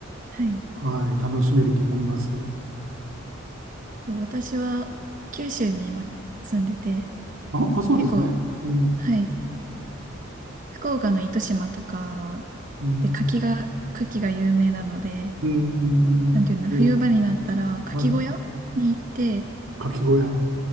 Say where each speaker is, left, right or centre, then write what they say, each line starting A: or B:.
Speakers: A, on the right; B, on the right.
A: はい。
B: はい、楽しめると思います。
A: そう、私は九州に今住んでて、
B: あ、あ、そうですね。
A: 結構、
B: うん、
A: はい。福岡の糸島とか
B: うん、
A: で柿が、柿が有名なので、
B: うん、
A: なんていうんだろう、
B: え、
A: 冬場になったら牡蠣小屋に行って、
B: はい、かき小屋。